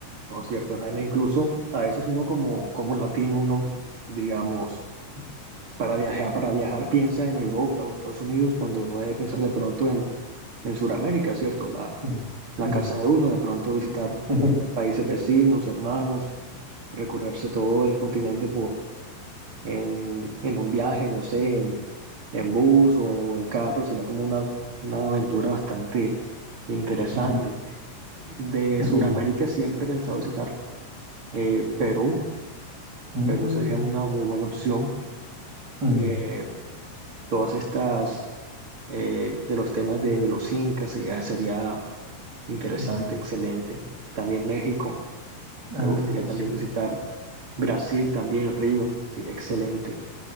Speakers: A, on the right (about 40°); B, on the right (about 20°).
A: no es cierto, Jaime. Incluso a veces uno como, como latino, uno, digamos, para viajar, para viajar piensa en Europa o Estados Unidos cuando uno debe pensar de pronto en, en Sudamérica, ¿cierto? La,
B: Ujú.
A: la
B: Sí.
A: casa de uno, de pronto visitar
B: <laughs>
A: los países vecinos, hermanos, recorrerse todo el continente en, en un viaje, no sé, en, en bus o en, o en carro, sería como una, una aventura bastante interesante.
B: Ujú,
A: De
B: ujú,
A: Sudamérica siempre he pensado visitar eh, Perú,
B: mm,
A: Perú sería una muy buena opción.
B: mm,
A: Eh, todas estas, eh, de los temas de, de los incas, sería, sería interesante,
B: ujú.
A: excelente. También México,
B: Ah,
A: me gustaría también
B: sí.
A: visitar Brasil, también Río, sería excelente.